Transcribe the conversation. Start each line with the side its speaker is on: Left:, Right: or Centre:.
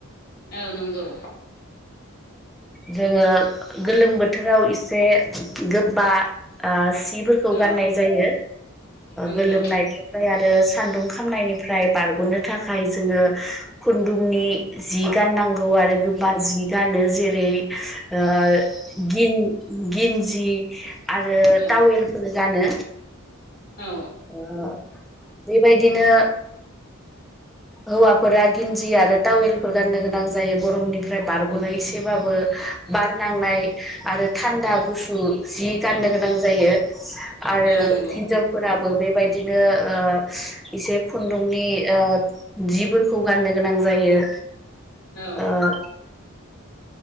Left: औ नंगौ।
Centre: जोङो गोलोम बोथोराव एसे गोबा ओ सि खौ गानाय
Left: औ
Centre: जायो।
Left: नंगौ
Centre: गोलोमनाय ओमफ्राय आरो सान्दुं खामनायनिफ्राय बारग'नो थाखाय जोङो खुन्दुंनि जि गाननांगौ आरो। गोबा जि गाननो जेरै ओ गिन गिन्जि आरो
Left: औ
Centre: टावेलफोर गानो।
Left: औ
Centre: ओ बेबायदिनो हौवाफोरा गिन्जि आरो टावेलफोर गाननो गोनां जायो गरमनिफ्राय बारग'नो एसेबाबो बार नांनाय आरो थान्दा गुसु जि गाननो गोनां जायो। आरो
Left: औ नंगौ
Centre: हिनजाव फोराबो बेबायदिनो ओ एसे दुंनि ओ जिफोरखौ गाननो गोनां जायो।
Left: औ!
Centre: ओ